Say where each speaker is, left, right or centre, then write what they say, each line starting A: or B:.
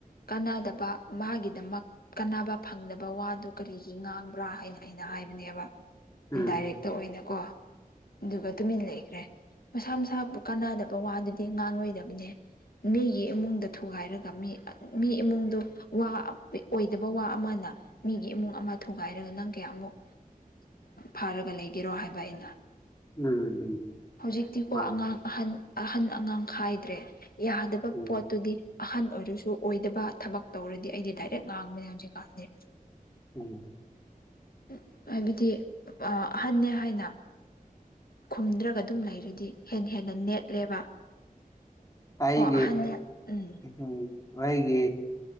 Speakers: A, on the left (about 85°); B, on the left (about 25°).
A: ꯀꯥꯟꯅꯗꯕ ꯃꯥꯒꯤꯗꯃꯛ ꯀꯥꯟꯅꯕ ꯐꯪꯗꯕ ꯋꯥꯗꯨ ꯀꯔꯤꯒꯤ ꯉꯥꯡꯕ꯭ꯔꯥ ꯍꯥꯏꯅ ꯑꯩꯅ ꯍꯥꯏꯕꯅꯦꯕ
B: ꯎꯝ
A: ꯏꯟꯗꯥꯏꯔꯦꯛꯇ ꯑꯣꯏꯅꯀꯣ ꯑꯗꯨꯒ ꯇꯨꯃꯤꯟꯂꯩ ꯈ꯭ꯔꯦ ꯃꯁꯥ ꯃꯁꯥꯕꯨ ꯀꯥꯟꯅꯗꯕ ꯋꯥꯗꯨꯗꯤ ꯉꯥꯡꯂꯣꯏꯗꯕꯅꯦ ꯃꯤꯒꯤ ꯏꯃꯨꯡꯗ ꯊꯨꯒꯥꯏꯔꯒ ꯃꯤ ꯃꯤ ꯏꯃꯨꯡꯗꯣ ꯋꯥ ꯑꯣꯏꯗꯕ ꯋꯥ ꯑꯃꯅ ꯃꯤꯒꯤ ꯏꯃꯨꯡ ꯑꯃ ꯊꯨꯒꯥꯏꯔꯒ ꯅꯪ ꯀꯌꯥꯃꯨꯛ ꯐꯥꯔꯒ ꯂꯩꯒꯦꯔꯣ ꯍꯥꯏꯕ ꯑꯩꯅ
B: ꯎꯝ ꯎꯝ
A: ꯍꯧꯖꯤꯛꯇꯤꯀꯣ
B: ꯑꯥ
A: ꯑꯉꯥꯡ ꯑꯍꯟ ꯑꯍꯟ ꯑꯉꯥꯡ ꯈꯥꯏꯗ꯭ꯔꯦ ꯌꯥꯗꯕ
B: ꯎꯝ
A: ꯄꯣꯠꯇꯨꯗꯤ ꯑꯍꯟ ꯑꯣꯏꯔꯁꯨ ꯑꯣꯏꯗꯕ ꯊꯕꯛ ꯇꯧꯔꯗꯤ ꯑꯩꯗꯤ ꯗꯥꯏꯔꯦꯛ ꯉꯥꯡꯕꯅꯦ ꯍꯧꯖꯤꯛꯀꯥꯟꯗꯤ
B: ꯎꯝ
A: <inaudible> ꯍꯥꯏꯕꯗꯤ ꯑꯍꯟꯅꯦ ꯍꯥꯏꯅ ꯈꯨꯝꯗ꯭ꯔꯕ ꯑꯗꯨꯝ ꯂꯩꯔꯗꯤ ꯍꯦꯟꯅ ꯍꯦꯟꯅ ꯅꯦꯠꯂꯦꯕ
B: ꯀꯩꯒꯤ
A: ꯀꯣ ꯑꯍꯟꯅ ꯎꯝ
B: ꯎꯝ ꯍꯩꯒꯤ